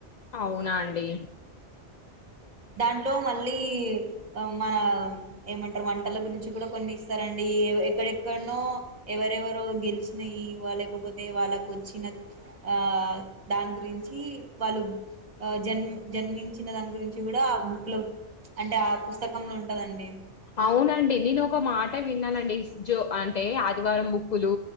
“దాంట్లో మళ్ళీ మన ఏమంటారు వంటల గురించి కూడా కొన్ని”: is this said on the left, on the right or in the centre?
Right